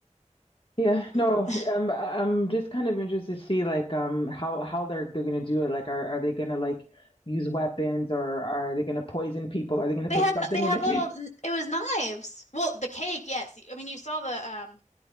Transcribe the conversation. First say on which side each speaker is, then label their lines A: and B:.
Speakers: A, on the left; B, on the left.
A: Yeah,
B: They
A: no, um, I- I'm just kind of interested to see like um how how they're they're gonna do it. Like, are are they gonna like use weapons or are they gonna poison people? Are they gonna put
B: had
A: something
B: they had
A: in the <laughs> cake?
B: little it was knives. Well, the cake, yes. I mean, you saw the um